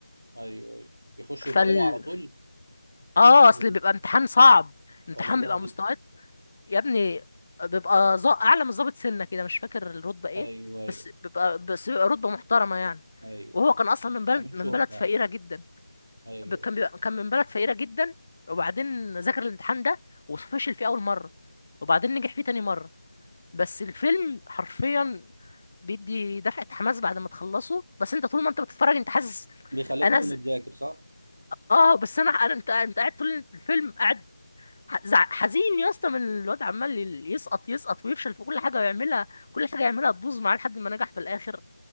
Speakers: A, on the right (about 65°); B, on the left (about 35°).
A: ايوه ايوه يخش يبقى
B: فال
A: لواء على طول
B: اه
A: ولا
B: اصل
A: ظابط
B: بيبقى امتحان صعب امتحان
A: ولا ظابط
B: بيبقى مستوى يا ابني بيبقى ظا- اعلى من ظابط سنه كده مش فاكر الرتبه ايه
A: ايوه ايوه
B: بس بيبقى بس بيبقى رتبه محترمه يعني
A: ايوه
B: وهو كان اصلا من بلد
A: عامل
B: من
A: شرطه
B: بلد فقيره جدا
A: ايوه
B: ب- كان بيبقى كان من بلد فقيره جدا وبعدين ذاكر الامتحان ده وفشل فيه اول مره وبعدين نجح فيه تاني مره بس الفيلم حرفيا بيدي دفعه حماس بعد ما تخلصه بس انت طول ما انت بتتفرج انت حاسس
A: بيخليك
B: انا
A: تقوم
B: ز...
A: تذاكر صح؟
B: اه بس انا انا انت انت قاعد طول الفيلم قاعد ح- زع- حزين يا اسطى من الواد عمال ي- يسقط يسقط ويفشل في كل حاجه يعملها كل حاجه يعملها تبوظ معاه لحد ما نجح في الاخر